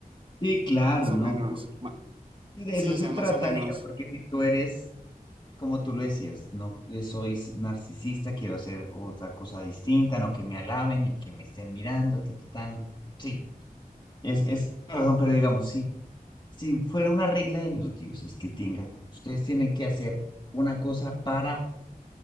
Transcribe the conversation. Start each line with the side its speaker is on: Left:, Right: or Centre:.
Left: Sí, claro,
Right: Más o
Left: ¿no?
Right: menos,
Left: Porque
Right: ma-
Left: de
Right: sí,
Left: eso
Right: o
Left: se
Right: sea,
Left: trataría,
Right: más o menos,
Left: porque si tú eres, como tú lo decías, no eh, soy s- narcisista, quiero hacer otra cosa distinta, no que me alaben y que me estén mirando, tan, tan, tan. Sí, es, es la razón, pero digamos, si, si fuera una regla de los dioses que tengan, ustedes tienen que hacer una cosa para,